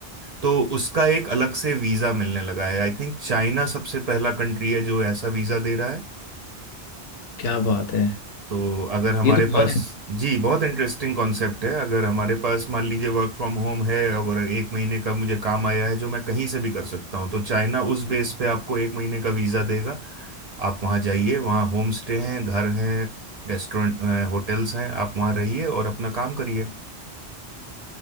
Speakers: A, on the right; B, on the left.
A: तो उसका एक अलग से वीजा मिलने लगा है आई थिंक चाइना सबसे पहला कंट्री है जो ऐसा वीजा दे रहा है
B: क्या बात है
A: तो अगर हमारे
B: ये तो बहुत
A: पास
B: है।
A: जी बहुत इंटरेस्टिंग कॉन्सेप्ट है अगर हमारे पास मान लीजिए वर्क फ्रॉम होम है और एक महीने का मुझे काम आया है जो मैं कहीं से भी कर सकता हूँ तो चाइना उस बेस पे आपको एक महीने का वीजा देगा आप वहाँ जाइए वहाँ होम स्टे हैं घर हैं रेस्टोरेंट होटल्स हैं आप वहाँ रहिए और अपना काम करिए